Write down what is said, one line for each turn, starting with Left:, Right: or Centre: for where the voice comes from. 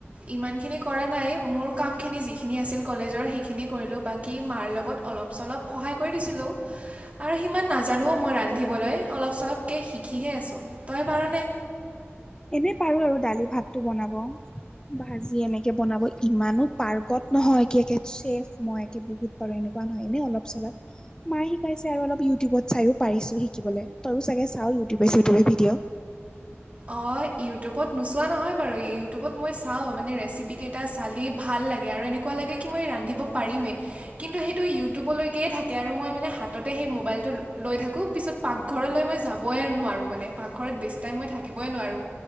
Right: ইমানখিনি কৰা নাই মোৰ কামখিনি যিখিনি আছিল কলেজৰ সেইখিনি কৰিলোঁ বাট কি মাৰ লগত অলপ চলপ সহায় কৰি দিছিলোঁ আৰু সিমান নাজানো মই ৰান্ধিবলৈ অলপ চলপকে শিকিহে আছোঁ তই পাৰনে
Left: এনে পাৰো আৰু দালি ভাতটো বনাব ভাজি এনেকে বনাব ইমানো পাৰ্গত নহয় কে কেত চেফ মই একে বহুত আৰু এনেকুৱা নহয় নে অলপ চলপ মায়ে শিকাইছে আৰু অলপ ইউটিউবত চাইও পাৰিছো শিকিবলে তয়ো চাগে চাওঁ ইউটিউবে চিউটিউবে ভিডিঅ'
Right: অ ইউটিউবত নোচোৱা নহয় বাৰু ইউটিউবত মই চাওঁ মানে ৰেচিপিকেইটা চালেই ভাল লাগে আৰু এনেকুৱা লাগে কি মই ৰান্ধিব পাৰিমে কিন্তু সেইটো ইউটিউবলৈকেই থাকে আৰু মই মানে হাততে সেই মোবাইলটো লৈ থাকোঁ পিছত পাকঘৰলৈ মই যাবই নোৱাৰোঁ মানে পাকঘৰত বেছি টাইম মই থাকিবই নোৱাৰোঁ